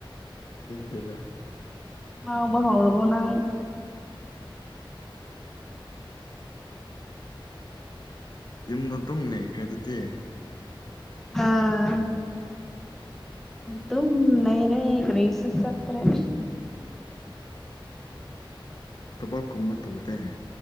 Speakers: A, on the left; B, in the centre.
A: ꯗꯦꯅ
B: ꯑꯕ ꯍꯥꯎꯔꯔꯕꯣ ꯅ
A: ꯌꯨꯝꯗꯣ ꯇꯨꯝ ꯂꯩꯈ꯭ꯔꯦ ꯑꯗꯨꯗꯤ
B: ꯑꯥ ꯑ ꯑꯗꯨ ꯅꯅꯦ ꯀ꯭ꯔꯩꯁꯁ ꯑꯇꯩꯦ
A: ꯇꯕꯥꯥꯛ ꯀꯨꯝꯕ ꯇꯧꯗꯦ